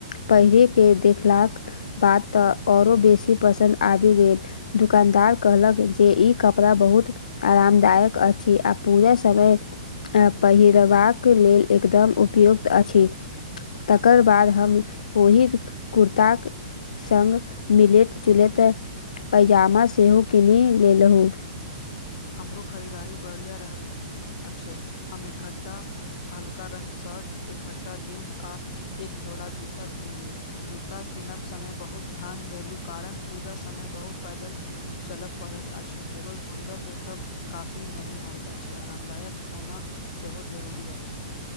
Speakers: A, on the left; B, on the left.
A: पहिरेके देखलाक बाद तऽ ओरो बेसी पसन्द आबि गेल दुकानदार कहलक जे ई कपड़ा बहुत आरामदायक अछि आ पूजा समय पहिरबाक लेल एकदम उपयुक्त अछि तकर बाद हम ओहि कुर्ताक सङ्ग मिलैत जुलैत पैजामा सेहो कीनि लेलहुँ
B: हमरो खरीदारी बढ़िआँ रहल अछि हमे खट्टा हल्का रंग शर्ट, एखट्टा जीन्स आ एक जोड़ा जूता कीनलौ जूता कीनब समय बहुत ध्यान देलु कारण पूजा समय बहुत पैदल चलय पड़ैत अछि केवल सुन्दर देख कब काफी नही होइत अछि आरामदायक होना सेहो जरूरी अछि